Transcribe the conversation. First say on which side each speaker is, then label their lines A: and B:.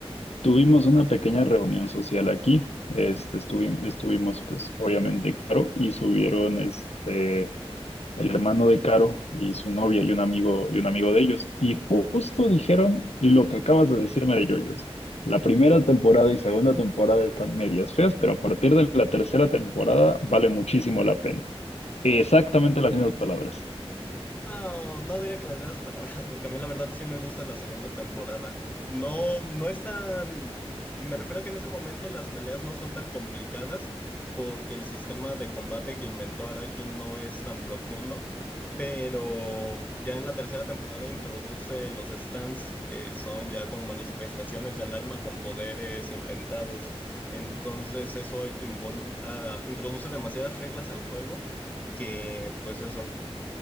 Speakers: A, on the left; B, on the left.
A: Tuvimos una pequeña reunión social aquí. Este, estuvi- estuvimos, pues, obviamente, Caro y subieron este, el hermano de Caro y su novia y un amigo, y un amigo de ellos. Y justo dijeron lo que acabas de decirme de Yoyos. La primera temporada y segunda temporada están medias feas, pero a partir de la tercera temporada vale muchísimo la pena. Exactamente las mismas palabras.
B: No, no diría que las mismas palabras, porque a mí la verdad sí me gusta la segunda temporada. No, no es tan... Me refiero a que en ese momento las peleas no son tan complicadas porque el sistema de combate que inventó Araki no es tan profundo, pero ya en la tercera temporada introduce los stands, que son ya como manifestaciones del alma con poderes inventados. Entonces eso involu- ah, introduce demasiadas reglas al juego que pues eso